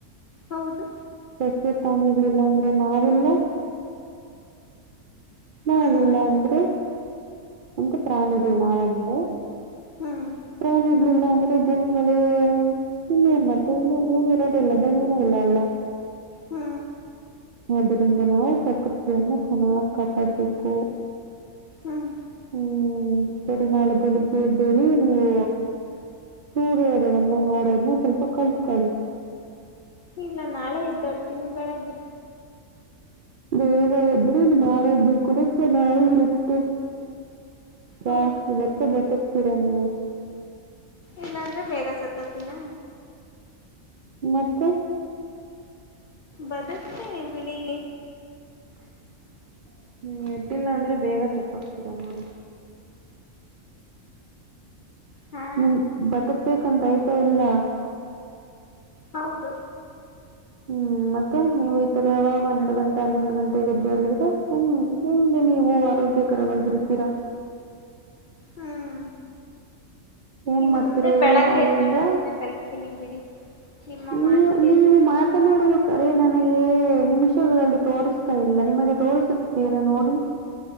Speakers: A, on the left; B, on the right.
A: ಹೌದು.
B: ಸಸ್ಯ ಪಾನಿಗಳಿಲ್ಲಾ ಅಂದ್ರೆ ನಾವಿಲ್ಲಾ. ನಾವಿಲ್ಲಾ
A: ಹ್ಮ್
B: ಅಂದ್ರೆ ಅಂದ್ರೆ ಪ್ರಾಣಿಗಳ್ ನಾವ್ ಅಂದ್ರೆ.
A: ಹ್ಮ್
B: ಪ್ರಾಣಿ. ಇಲ್ಲಿಲ್ಲಾ ಅಂದ್ರೆ ಭೂಮಿ ಮೇಲೆ ಇನ್ನೇನ್ ಮತ್ತೆ ಇನ್ನೇನ ಏನ ಇರದೇ ಇಲ್ಲಾ ಭೂಮಿನೇ ಇಲ್ಲಾ ಅಲ್ಲಾ.
A: ಹ್ಹ.
B: ಆದರಿಂದ ನಾವು ಪ್ರಕೃತಿಯನ್ನ ಚನ್ನಾಗ್ ಕಾಪಾಡ್ಬೇಕು.
A: ಹ್ಮ್.
B: ಹ್ಮ್ ಸರಿ ನಾಳೆ ಬೆಳಿಗ್ಗೆ ಎದ್ದೇಳಿ ನೀವು. ಸೂರ್ಯೋದಯವನ್ನ ನೋಡೋದ್ನ್ ಸ್ವಲ್ಪ ಕಲ್ತ್ಕೊಳ್ಳಿ.
A: ಇಲ್ಲಾ ನಾಳೆ ಎದ್ದೊಳ್ತೀನಿ ಬೆಳಗ್ಗೆ.
B: ಬೇಗ ಎದ್ರೆ ನಿಮ್ಮ ಆರೋಗ್ಯ ಕೂಡ ಚನ್ನಾಗಿರುತ್ತೆ. ಜಾಸ್ತಿ
A: ಹೌದು
B: ವರ್ಷ ಬದುಕ್ತೀರಾ ನೀವು.
A: ಇಲ್ಲಾಂದ್ರೆ ಬೇಗ ಸತ್ತೊತಿನಾ.
B: ಮತ್ತೆ.
A: ಬದುಕ್ತೇನಿ ಬಿಡಿ.
B: <inaudible> ಹ್ಮ್ ಎದ್ದಿಲ್ಲ ಅಂದ್ರೆ ಬೇಗ ಸತ್ಹೋಗ್ತೀರ ನೋಡಿ.
A: ಹಾ
B: ನಿಮ್ ಬದುಕು ಬೇಕು ಅಂತ ಐತೆ ಇಲ್ಲ.
A: ಹೌದು.
B: ಹ್ಮ್ ಮತ್ತೆ ನೀವು ಈತರ ಯಾವಾಗ ಹನ್ನೆಡು ಗಂಟೆ ಹನ್ನೊಂದು ಗಂಟೆಗೆ ಎದ್ದೇಳಿದ್ರೇ ಹೆಂಗೆ. ನೀವು ಆರೋಗ್ಯಕರವಾಗಿರುತ್ತೀರಾ.
A: ಹ್ಮ್.
B: ಏನ್
A: ಇನ್ನು
B: ಮಾಡ್ತೀರಾ
A: ಮುಂದೆ
B: ಹೇಳಿ
A: ಬೆಳಗ್ಗ
B: ನಾಳೆಯಿಂದ
A: ಎದ್ದೇಳುವುದನ್ನು ಕಲಿತೆನಿ ಬಿಡಿ. ನಿಮ್ಮ
B: ನೀವು
A: ಮಾತ್ ಕೇಳಿ
B: ನೀವು ಮಾತನಾಡುವ ಕ. ಅದೇ ನನಗೆ ನಿಮಿಷಗಳಲ್ಲಿ ತೋರಿಸ್ತಾ ಇಲ್ಲ ನಿಮಗೆ ತೋರಿಸುತ್ತುದೆ ಏನು ನೋಡಿ.